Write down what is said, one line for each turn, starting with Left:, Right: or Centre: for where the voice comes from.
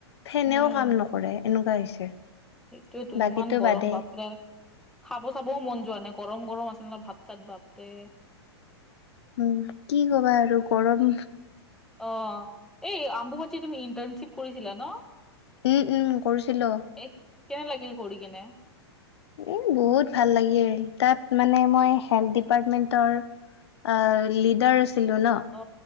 Left: ফেনেও
Centre: উম
Left: কাম নকৰে এনেকুৱা হৈছে।
Centre: সেইটোয়েটো
Left: বাকীতো
Centre: ইমান গৰম
Left: বাদেই
Centre: বাপৰে। খাব-চাবও মন যোৱা নাই গৰম-গৰম আছে ন ভাত-চাত বাপৰে।
Left: উম, কি কবা আৰু গৰম।
Centre: অঁ, এই অম্বুবাচীত তুমি ইণ্টাৰ্নশ্বিপ কৰিছিলা ন?
Left: উম, উম, কৰিছিলো।
Centre: এ কেনে লাগিল কৰি কেনে?
Left: এ বহুত ভাল লাগে তাত মানে মই হেল্থ ডিপাৰ্টমেন্টৰ অ, লিডাৰ আছিলো ন।
Centre: অ